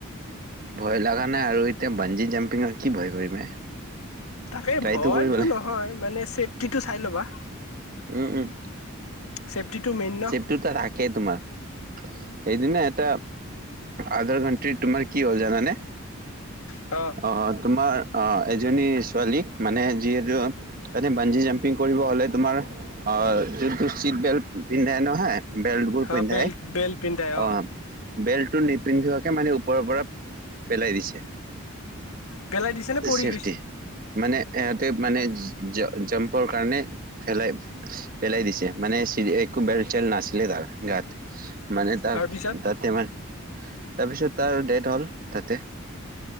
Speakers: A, on the right; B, on the left.
A: ভয় লগা নাই আৰু এতিয়া বান্জি জাম্পিঙত কি ভয় কৰিবা এ
B: তাকে
A: ট্ৰাইটো
B: ভয়তো
A: কৰিবলে।
B: নহয় মানে চেফটিটো চাই ল'বা
A: উম উম
B: চেফটিটো মেইন ন
A: তোমাৰ সেইদিনা এটা আদৰ তোমাৰ কি হ'ল জানানে
B: অ
A: অ তোমাৰ অ এজনী ছোৱালীক মানে যিহেতু এ বঞ্জি যাম পিং কৰিব হ'লে তোমাৰ যোনটো ছিট বেল্ট পিন্ধাই নহয় বেল্টবোৰ পিন্ধাই
B: অ বেল্ট বেল্ট পিন্ধাই
A: অ বেল্ট টো নিপিন্ধোৱাকে মানে ওপৰৰ পৰা পেলাই দিছে
B: পেলাই দিছে নে পৰি
A: চেফটি
B: গৈছে
A: মানে ইহঁতে মানে জাম্পৰ কাৰণে পেলাই পেলাই দিছে মানে চিৰি একো বেল চেল নাছিলে তাৰ গাত মানে তাৰ
B: তাৰপিছত
A: তাতে মাৰ তাৰপিছত তাৰ ডেট হ'ল তাতে।